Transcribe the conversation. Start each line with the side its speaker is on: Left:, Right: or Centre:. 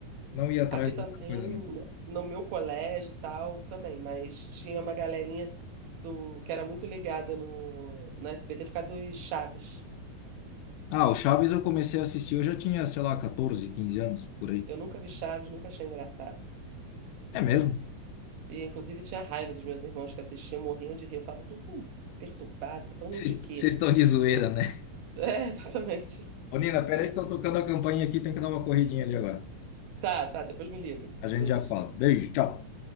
Left: não ia atrás
Right: Aqui também,
Left: de outra coisa, não.
Right: no meu colégio e tal, também, mas tinha uma galerinha do, que era muito ligada no, no SBT por causa dos Chaves.
Left: Ah, o Chaves eu comecei a assistir, eu já tinha, sei lá, 14, 15 anos, por aí.
Right: Eu nunca vi Chaves, nunca achei engraçado.
Left: É mesmo?
Right: E, inclusive, tinha raiva dos meus irmãos que assistiam, morriam de rir. Eu falava, assim, vocês são perturbados, vocês estão rindo
Left: Vocês
Right: de quê?
Left: vocês estão
Right: <laughs>
Left: de zoeira, né?
Right: É, exatamente.
Left: Ô, Nina, peraí que estão tocando a campainha aqui, tem que dar uma corridinha ali agora.
Right: Tá, tá, depois me liga.
Left: A gente
Right: Beijo.
Left: já fala. Beijo, tchau.